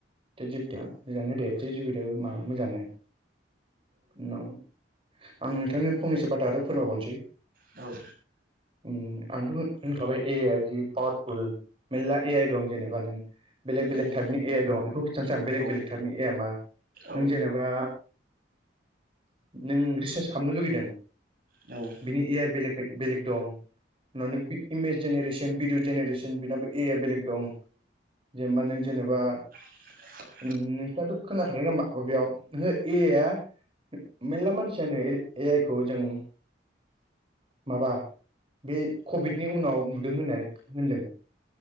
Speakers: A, on the right; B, on the right.
A: सेतजिभितिया मोजाङानो दे सेतजिभितियाबो मा मोजाङानो उनाव आं नोंथांनो फंनैसो बाथा आरो फोरमायबावनोसै।
B: औ
A: उम आंथ होनखाबाय ए आइया जि पावारफुल मेरला ए आइ दं जेन'बा नों बेलेग बेलेग
B: उम
A: टाइपनि ए आइ दं बेखौ खिथानोसै आं बेलेग
B: औ
A: बेलेग टाइपनि ए आ मा? नों
B: औ
A: जेनेबा नों रिसार्च खालामनो लुुबैदों?
B: औ।
A: बिनि ए आइ बेलेग बेलेग दं। होननानै इमेज जेनेरेसन भिडिअ जेनेरेसन बेनाबो ए बेलेग दं जेनेबा नों जेनेबा
B: <inaudible>
A: नोंथाङाथ' खोनाखादों नामा? बबेयाव नोङो ए आ मेरला मानसियानो ए आइ खौ जों माबा बे कभिडनि उनाव नुदों होननानै होनदों।